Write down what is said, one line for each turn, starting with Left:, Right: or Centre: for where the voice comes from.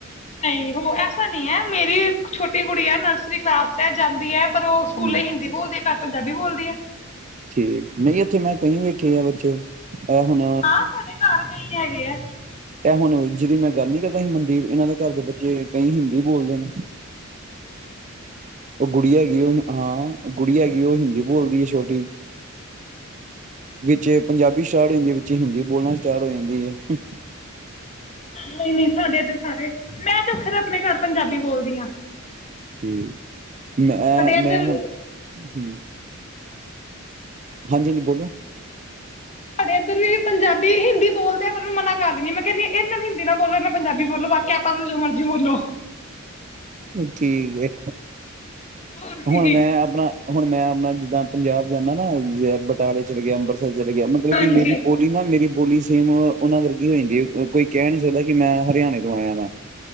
Left: ਨਹੀਂ ਹੁਣ ਐਸਾ ਨਹੀਂ ਹੈ ਮੇਰੀ ਛੋਟੀ ਗੁੜੀਆ ਨਰਸਰੀ ਕਲਾਸ ਐ ਜਾਂਦੀ ਹੈ ਪਰ ਉਹ ਸਕੂਲੇ
Right: ਹੂੰ
Left: ਹਿੰਦੀ ਬੋਲਦੀ ਅ ਘਰ ਪੰਜਾਬੀ ਬੋਲਦੀ ਐ,
Right: ਠੀਕ ਨਹੀਂ ਇੱਥੇ ਮੈਂ ਕਹੀਂ ਵੈਖੇ ਆ ਬੱਚੇ, ਇਹ ਹੁਣ
Left: ਹਾਂ ਸਾਡੇ ਘਰ ਕਈ ਹੈਗੇ ਆ
Right: ਇਹ ਹੁਣ ਜਿਹਦੀ ਮੈਂ ਗੱਲ ਨੀ ਕਰ ਕਈ ਮਨਦੀਪ ਇਹਨਾਂ ਦੇ ਘਰ ਦੇ ਬੱਚੇ ਕਈ ਹਿੰਦੀ ਬੋਲਦੇ ਨੇ, ਉਹ ਗੁੜੀਆ ਹੈਗੀ ਐ ਉਹ ਹਾਂ ਗੁੜੀਆ ਐ ਹੈਗੀ ਉਹ ਹਿੰਦੀ ਬੋਲਦੀ ਹੈ, ਛੋਟੀ ਵਿੱਚ ਪੰਜਾਬੀ ਸਟਾਰਟ ਹੋ ਜਾਂਦੀ ਹੈ ਵਿੱਚ ਹਿੰਦੀ ਬੋਲਣਾ ਸਟਾਰਟ ਹੋ ਜਾਂਦੀ ਹੈ।
Left: ਨਹੀਂ ਨਹੀਂ ਸਾਡੇ ਇਧਰ ਸਾਰੇ ਮੈਂ ਤਾਂ ਖੈਰ ਆਪਣੇ ਘਰ ਪੰਜਾਬੀ ਬੋਲਦੀ ਆ,
Right: ਠੀਕ ਮੈਂ ਮੈਂ
Left: ਇੱਧਰ
Right: ਹੁਣ ਹੂੰ, ਹਾਂਜੀ ਨਈ ਬੋਲੋ,
Left: ਸਾਡੇ ਇੱਧਰ ਵੀ ਪੰਜਾਬੀ ਹਿੰਦੀ ਬੋਲਦੇ ਆ ਪਰ ਮੈ ਮਨਾ ਕਰ ਦੀਨੀ ਆ ਮੈਂ ਕਹਿੰਦੀ ਇਹਨਾਂ ਨਾਲ ਹਿੰਦੀ ਨਾ ਬੋਲੋ ਇਹਨਾਂ ਨਾਲ ਪੰਜਾਬੀ ਬੋਲੋ ਬਾਕੀ ਆਪਾਂ ਨੂੰ ਜੋ ਮਰਜ਼ੀ ਬੋਲੋ।
Right: ਠੀਕ ਹੈ,
Left: ਹੋਰ ਕੀ
Right: ਹੁਣ ਮੈਂ ਆਪਣਾ ਹੁਣ ਮੈਂ ਆਪਣਾ ਜ ਦਾਂ ਪੰਜਾਬ ਜਾਂਨਾ ਨਾ ਜਿਵੇਂ ਬਟਾਲੇ ਚਲ ਗਿਆ ਅੰਬਰ ਚੱਲ ਗਿਆ ਮਤਲਬ
Left: ਹਾਂਜੀ
Right: ਕਿ ਮੇਰੀ ਬੋਲੀ ਨਾ ਮੇਰੀ, ਬੋਲੀ ਸੇਮ ਉਹਨਾਂ ਵਰਗੀ ਹੋ ਜਾਂਦੀ ਕੋਈ ਕਹਿ ਨੀ ਸਕਦਾ ਕਿ ਮੈਂ ਹਰਿਆਣੇ ਤੋਂ ਆਇਆ ਵਾ,